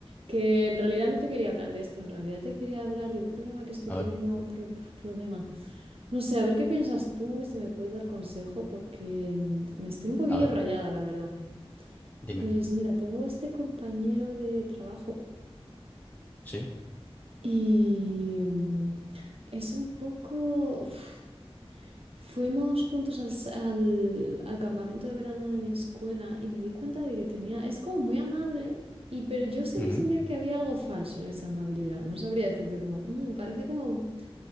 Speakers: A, on the right; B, on the left.
A: que en realidad no te quería hablar de esto, en realidad te quería hablar de un problema que estoy
B: a
A: teniendo,
B: ver,
A: pro- problema. No sé, a ver qué piensas tú y si me puedes dar consejo, porque mm, me estoy un poquillo
B: a ver,
A: rayada, la verdad.
B: dime.
A: Pues mira, tengo este compañero de trabajo
B: Sí.
A: y mm, es un poco... uf, Fuimos juntos al, s- al- al campamento de verano de mi escuela y me di cuenta de que tenía, es como muy amable, y, pero yo siempre
B: ujú,
A: sentía que había algo falso en esa amabilidad. No sabría decirte como, "Mm, parece como